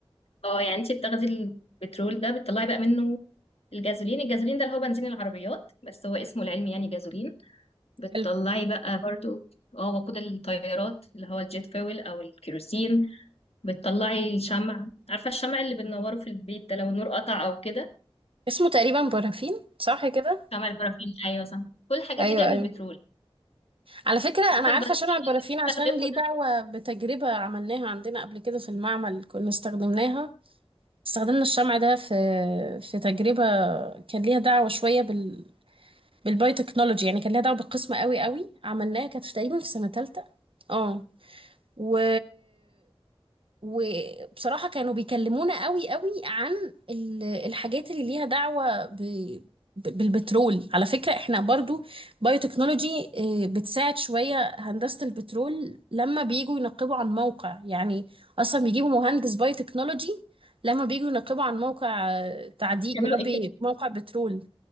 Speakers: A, on the left (about 85°); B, on the right (about 65°).
A: اه يعني انت بتاخدي البترول ده بتطلعي بقى منه الجازولين الجازولين ده اللي هو بنزين العربيات بس هو اسمه العلمي يعني جازولين بتطلعي
B: حلو
A: بقى برضو اه وقود الطيارات اللي هو الجيت فويل او الكيروسين بتطلعي الشمع عارفه الشمع اللي بننوره في البيت ده لو النور قطع او كده
B: اسمه تقريبا بارافين صح كده؟
A: شمع البرافين ايوه صح كل الحاجات
B: أيوه
A: دي جايه من
B: أيوه
A: البترول
B: على فكرة أنا
A: عارفه
B: عارفة
A: البنزين
B: شمع البرافين
A: اللي بنستخدمه
B: عشان ليه دعوة
A: ده
B: بتجربة عملناها عندنا قبل كده في المعمل كنا استخدمناها استخدمنا الشمع ده في في تجربة كان ليها دعوة شوية بال بالبايوتكنولوجي يعني كان ليها دعوة بالقسمة قوي قوي عملناها كانت تقريبا في سنة تالتة اه و... وبصراحة كانوا بيكلمونا قوي قوي عن ال- الحاجات اللي ليها دعوة ب... ب- بالبترول على فكرة احنا برضو بايوتكنولوجي آه، بتساعد شوية هندسة البترول لما بييجوا ينقبوا عن موقع يعني اصلا بيجيبوا مهندس بايوتكنولوجي لما بييجوا ينقبوا عن موقع آه، تعدين
A: بيعملوا
B: يا ربي
A: ايه كده
B: موقع بترول